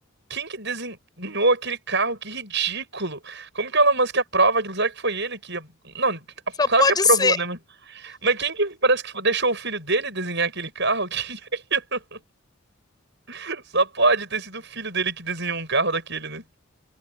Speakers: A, on the right; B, on the left.
A: quem que desenhou aquele carro? Que ridículo. Como que o Elon Musk aprova aquilo? Será que foi ele que... Não,
B: Só
A: claro
B: pode
A: que aprovou,
B: ser.
A: né? Mas mas quem que parece que deixou o filho dele desenhar aquele carro? <laughs> Que Só pode ter sido o filho dele que desenhou um carro daquele, né?